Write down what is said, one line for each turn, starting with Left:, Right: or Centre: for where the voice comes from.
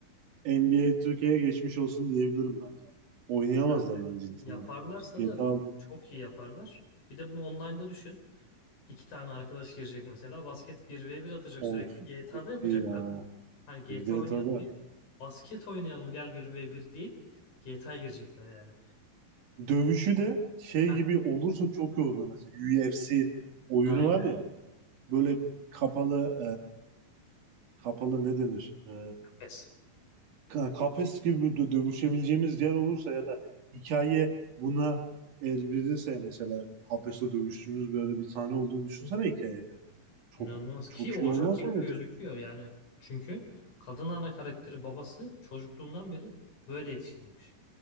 Right: NBA 2K'ye geçmiş olsun diyebilirim bence. Oynayamazlar
Left: biz zaten
Right: bence insanlar.
Left: yaparlarsa
Right: GTA
Left: da çok iyi yaparlar. Bir de bunu online'da düşün. İki tane arkadaş girecek mesela basket bir ve bir atacak
Right: of
Left: sürekli. GTA'da
Right: çok
Left: yapacaklar.
Right: iyi ya.
Left: Hani GTA
Right: GTA'da
Left: oynayalım diye değil, basket oynayalım gel bir ve bir deyip GTA'ya girecekler yani.
Right: dövüşü de şey
Left: Heh,
Right: gibi olursa çok iyi olur mesela UFC oyunu
Left: aynen.
Right: var ya böyle kapalı e, kapalı ne denir? E,
Left: Pes.
Right: ka- kafes gibi de dövüşebileceğimiz yer olursa ya da hikaye buna el verirse mesela kafeste dövüştüğümüz böyle bir sahne olduğunu düşünsene hikayede. Çok
Left: İnanılmaz ki
Right: çok
Left: olacak
Right: iyi olmaz
Left: gibi
Right: mı
Left: de
Right: mesela?
Left: gözüküyor yani. Çünkü kadın ana karakteri babası çocukluğundan beri böyle yetiştirmiş.